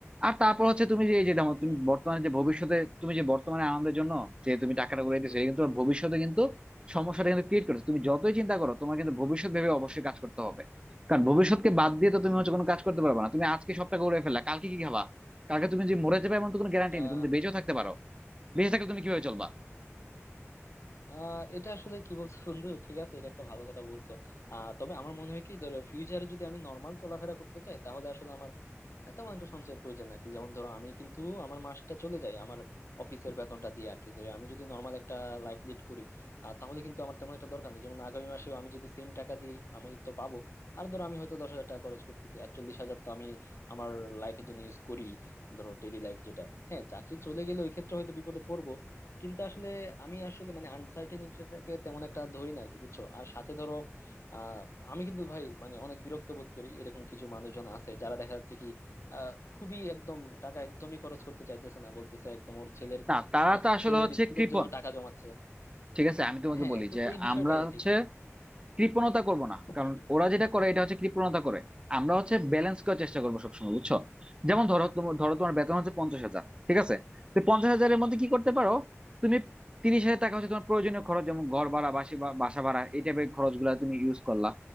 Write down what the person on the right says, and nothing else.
আর তারপর হচ্ছে তুমি যে এই যে দেখো
তুমি
বর্তমানে যে ভবিষ্যতে তুমি যে বর্তমানে আনন্দের জন্য যে তুমি টাকাটা উড়াইতেছো এটা কিন্তু তোমার ভবিষ্যতে কিন্তু সমস্যাটা কিন্তু ক্রিয়েট করছে তুমি যতই চিন্তা করো তোমার কিন্তু ভবিষ্যৎ ভেবে অবশ্যই কাজ করতে হবে কারণ ভবিষ্যৎকে বাদ দিয়ে তো তুমি হচ্ছে কোনো কাজ করতে পারবে না তুমি আজকে সব টাকা উড়াই ফেললা কালকে কি খাবা কালকে তুমি যে মরে যাবে এমন তো কোনো গ্যারান্টি
নেই তুমি তো বেঁচেও থাকতে পারো বেঁচে থাকলে তুমি কিভাবে চলবা
না তারা
তো আসলে
হচ্ছে
কৃপণ
ঠিক আছে আমি তোমাকে
বলি
যে
আমরা
হচ্ছে
কৃপণতা করব না কারণ
ওরা যেটা করে এটা হচ্ছে কৃপণতা করে আমরা হচ্ছে ব্যালেন্স করার চেষ্টা করবো সবসময় বুঝছো যেমন ধরো তোমার ধরো তোমার বেতন হচ্ছে পঞ্চাশ হাজার ঠিক আছে তো পঞ্চাশ হাজারের মধ্যে কি করতে পারো তুমি তিরিশ হাজার টাকা হচ্ছে তোমার প্রয়োজনীয় খরচ যেমন ঘর ভাড়া বাসি বা- বাসা ভাড়া এই টাইপের খরচগুলো তুমি ইউজ করলা